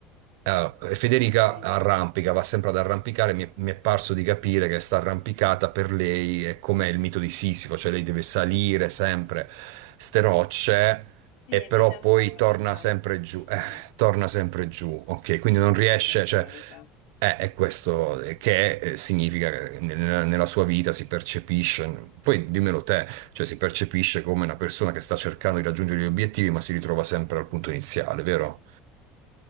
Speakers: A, on the right; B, on the left.
A: Eh, e Federica
B: sì,
A: arrampica, va sempre ad arrampicare. Mi è, mi è parso di capire che sta arrampicata per lei è come il mito di Sisifo, cioè lei deve salire sempre ste rocce
B: sì,
A: e
B: è
A: però
B: metaforica,
A: poi torna sempre
B: sì,
A: giù
B: sì,
A: torna sempre giù, ok? Quindi non
B: è
A: riesce,
B: metaforica.
A: cioè, è, è questo eh, che eh, significa che nel- nella sua vita si percepisce, poi dimmelo te, cioè si percepisce come una persona che sta cercando di raggiungere gli obiettivi ma si ritrova sempre al punto iniziale, vero?